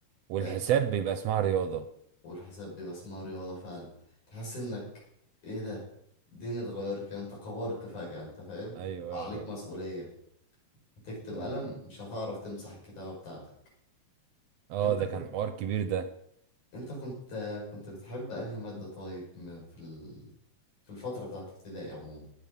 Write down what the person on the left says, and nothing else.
فاهم
والحساب بيبقى اسمها رياضة فعلا تحس انك ايه ده الدنيا اتغيرت كده انت كبرت فجأة انت فاهم
عليك
مسؤولية هتكتب
قلم مش هتعرف تمسح الكتابة بتاعتك
انت
كنت
انت كنت كنت بتحب انهي مادة طيب م- في ال... في الفترة بتاعت ابتدائي عموما